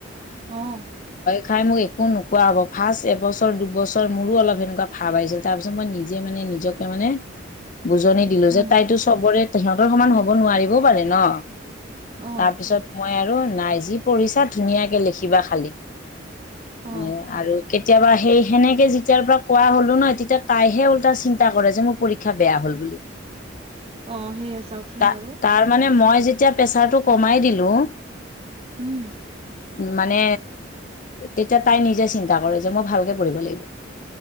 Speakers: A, on the right (about 30°); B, on the left (about 45°).
A: অহ।
B: খাই মোক একো নোকোৱা হ'ব, ফাৰ্ষ্ট এবছৰ, দুবছৰ মোৰো অলপ সেনেকুৱা ভাৱ আহিছিল তাৰপিছত মই নিজে মানে নিজকে মানে বুজনি দিলো
A: উম
B: যে তাইতো চবৰে সিহঁতৰ সমান হ'ব নোৱাৰিবও পাৰে ন।
A: অ
B: তাৰ পিছত মই আৰু নাই যি পঢ়িছা ধুনীয়াকে লিখিবা খালি।
A: অ
B: উম আৰু কেতিয়াবা সেই সেনেকে যেতিয়াৰ পৰা কোৱা হলো ন তেতিয়া তাইহে উল্টা চিন্তা কৰে যে মোৰ পৰীক্ষা বেয়া হল বুলি।
A: অ সেইয়া চাওকচোন
B: ত
A: বাৰু।
B: তাৰ মানে মই যেতিয়া প্ৰেচাৰটো কমাই দিলো
A: উম।
B: মানে তেতিয়া তাই নিজে চিন্তা কৰে যে মই ভালকে পঢ়িব লাগিব।